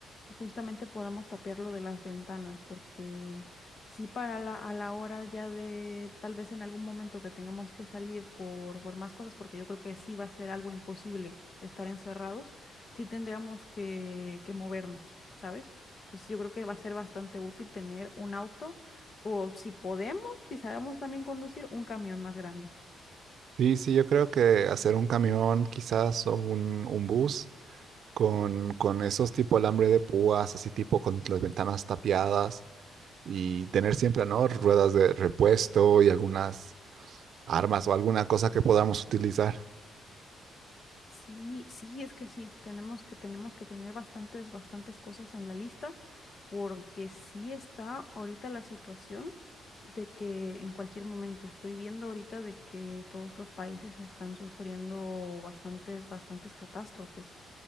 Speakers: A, on the left; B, on the right.
A: y justamente podamos tapiarlo de las ventanas, porque sí para la, a la hora ya de tal vez en algún momento que tengamos que salir por, por más cosas, porque yo creo que sí va a ser algo imposible estar encerrados, sí tendríamos que, que movernos, ¿sabes? Entonces yo creo que va a ser bastante útil tener un auto o si podemos, si sabemos también conducir, un camión más grande.
B: Sí, sí, yo creo que hacer un camión quizás o un, un bus con, con esos tipo alambre de púas, así tipo con las ventanas tapiadas y tener siempre, ¿no? Ruedas de repuesto y algunas armas o alguna cosa que podamos utilizar.
A: Sí, sí, es que sí, tenemos que, tenemos que tener bastantes, bastantes cosas en la lista, porque sí está ahorita la situación de que en cualquier momento estoy viendo ahorita de que todos los países están sufriendo bastantes, bastantes catástrofes.